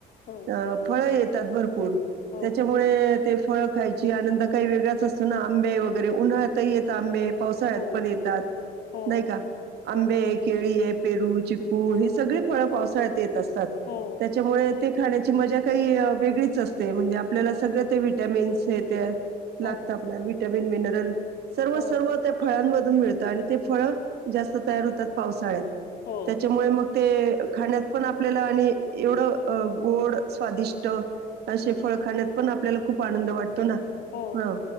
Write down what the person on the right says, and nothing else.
अ फळ येत. येतात भरपूर
त्याच्यामुळे ते फळं खायची, आनंद काही वेगळाच असतो ना, आंबे वगैरे उन्हाळत ही येतात आंबे. पावसाळ्यात
पण येतात
नाही का. आंबे,
केळी आहे, पेरू, चिकू, ही सगळी फळं पावसाळ्यात येत असत. असतात
त्याच्यामुळे. ते खाण्याची मजा काही वेगळीच असते, म्हणजे आपल्याला सगळं ते वि्हटॅमिन्स येते ते. लागत
आपल्याला विटामिन. वीण मिनरल. सर्व-सर्व
त्या फळांमध्ये. मिळत आणि ते फळ जास्त. तयार होतात पावसाळ्यात.
त्याच्यामुळे मग. ते खाण्यात पण आपल्याला आणि एवढं गोड स्वादिष्ट. स्वादिष्ट असे
फळ खान्यात पण. आपल्याला खूप आनंद वाटतो ना.
हा